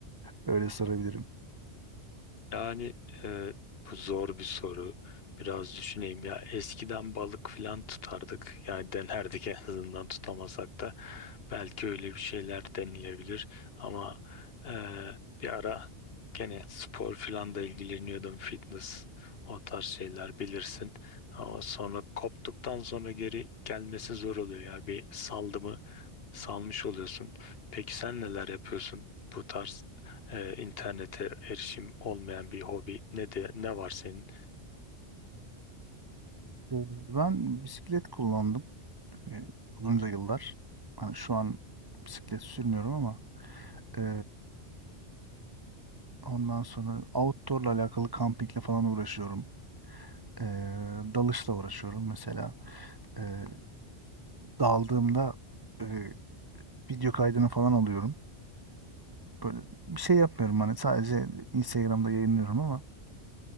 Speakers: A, on the right (about 40°); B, on the left (about 60°).
A: Öyle sorabilirim.
B: Yani e, bu zor bir soru. Biraz düşüneyim ya. Eskiden balık falan tutardık. Yani denerdik <laughs> en azından tutamasak da. Belki öyle bir şeyler denilebilir. Ama e, bir ara gene spor falan da ilgileniyordum. Fitness o tarz şeyler bilirsin. Ama sonra koptuktan sonra geri gelmesi zor oluyor ya. Bir saldım salmış oluyorsun. Peki sen neler yapıyorsun? Bu tarz e, internete erişim olmayan bir hobi ne de ne var senin?
A: Ee, Ben bisiklet kullandım e, uzunca yıllar. Hani şu an bisiklet sürmüyorum ama e, ondan sonra outdoor'la alakalı kampingle falan uğraşıyorum. Ee, dalışla uğraşıyorum mesela. Ee, daldığımda e, video kaydını falan alıyorum. Böyle bir şey yapmıyorum hani sadece Instagram'da yayınlıyorum ama